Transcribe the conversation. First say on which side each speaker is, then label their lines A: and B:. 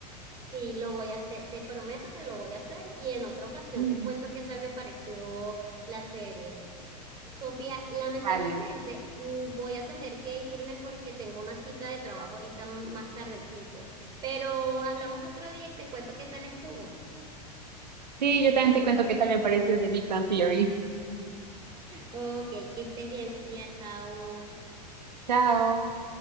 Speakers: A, on the right; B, on the right.
A: sí, lo voy a hacer, te prometo que lo voy a hacer y en otra ocasión
B: Mm,
A: te cuento qué tal me pareció la serie. Sofía, lamentablemente
B: Vale.
A: mm, voy a tener que irme porque tengo una cita de trabajo ahorita m- más tardecito, pero hablamos otro día y te cuento qué tal estuvo.
B: Sí, yo también te cuento qué tal me pareció de Big Bang Theory.
A: Ok, que estés bien, Sofía, chao.
B: Chao.